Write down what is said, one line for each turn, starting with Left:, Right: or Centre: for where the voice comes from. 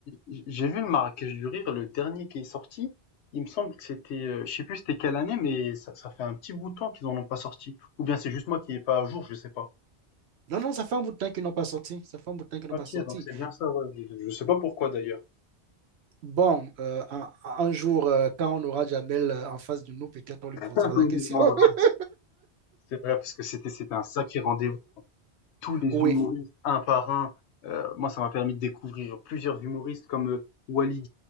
Left: j'ai vu le Marrakech du rire, le dernier qui est sorti. Il me semble que c'était, heu, je sais plus c'était quelle année, mais ça ça fait un petit bout de temps qu'ils en ont pas sorti. Ou bien c'est juste moi qui est pas à jour, je sais pas.
Right: non, non, ça fait un bout de temps qu'ils n'ont pas sorti. Ça fait un bout de temps qu'ils n'ont
Left: OK,
Right: pas sorti.
Left: donc c'est bien ça, ouais. Je je sais pas pourquoi d'ailleurs.
Right: Bon, euh, un, un jour, euh, quand on aura Jamel euh, en face de nous, peut-être on lui posera
Left: <laughs> On
Right: la question.
Left: lui demandera.
Right: <laughs>
Left: C'est vrai parce que c'était c'était un sacré rendez-vous. Tous les
Right: Oui,
Left: humoristes, un par un. Heu, moi ça m'a permis de découvrir plusieurs humoristes comme, heu, Wally